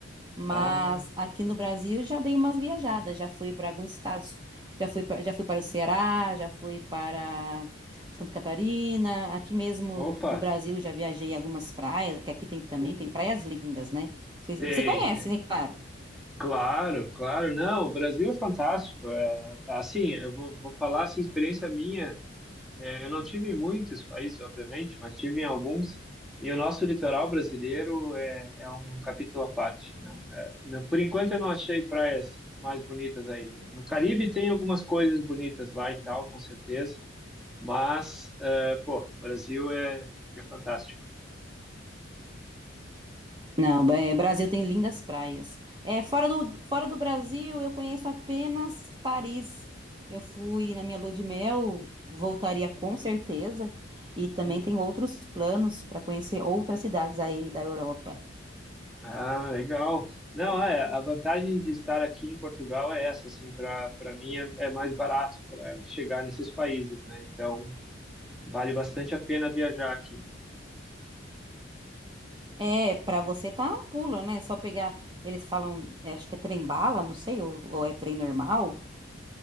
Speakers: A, on the right; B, in the centre.
A: Mas
B: Ah,
A: aqui no Brasil já dei umas viajadas, já fui para alguns estados, já fui, pra- já fui para o Ceará, já fui para Santa Catarina, aqui mesmo
B: opa,
A: no Brasil já viajei em algumas praias, que aqui tem também, tem praias lindas, né? Você,
B: tem,
A: você conhece,
B: tem.
A: né? Claro.
B: Claro, claro. Não, o Brasil é fantástico. É, é assim, eu vou, vou falar assim, experiência minha. É, eu não tive em muitos países, obviamente, mas tive em alguns. E o nosso litoral brasileiro é, é um capítulo à parte. Não, é, não- por enquanto, eu não achei praias mais bonitas aí. No Caribe tem algumas coisas bonitas lá e tal, com certeza. Mas, é, pô, o Brasil é, é fantástico.
A: Não, é, Brasil tem lindas praias. É, fora do, fora do Brasil, eu conheço apenas Paris. Eu fui na minha lua de mel, voltaria com certeza. E também
B: Hum.
A: tem outros planos para conhecer outras cidades aí da Europa.
B: Ah, legal. Não, é, a vantagem de estar aqui em Portugal é essa, assim, para para mim é, é mais barato para chegar nesses países, né? Então, vale bastante a pena viajar aqui.
A: É, para você tá um pulo, né? Só pegar. Eles falam, é, acho que é trem bala, não sei, ou, ou é trem normal.